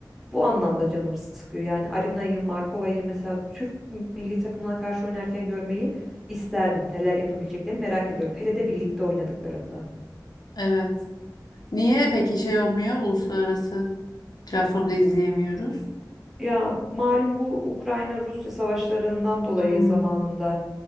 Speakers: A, in the centre; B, on the left.
A: bu anlamda canım sıkıyor. Yani Arina'yı, Markova'yı mesela Türk milli takımına karşı oynarken görmeyi isterdim. Neler yapabileceklerini merak ediyorum. Hele de birlikte oynadıklarında.
B: Evet. Niye peki şey olmuyor uluslararası platformda izleyemiyoruz?
A: Ya malum bu Ukrayna-Rusya savaşlarından dolayı
B: Hmm,
A: zamanında